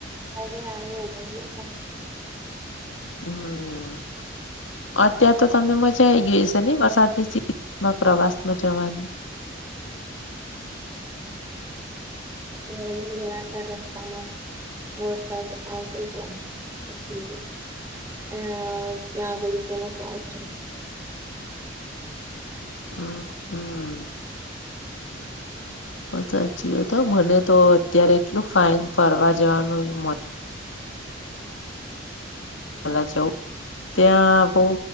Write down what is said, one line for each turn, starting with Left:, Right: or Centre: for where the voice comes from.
Right: હવે આયો બોલો <unintelligible>
Left: હમ્મ. અત્યારે તો તમને મજા આઈ ગઈ હયશે ન‌ઈ વરસાદની <inaudible> માં પ્રવાસમાં જવાની.
Right: હમ્મ... અમે ગયા હતા રસ્તામાં. વરસાદ આવતોતો પછી અહ ત્યાં અગાળી તો નતો આવતો.
Left: હમ્મ-હમ્મ. સાચી વાત હો. મને તો અત્યારે એટલું ફાઇન ફરવા જવાનું મન ફરવા જવું. ત્યાં બહુ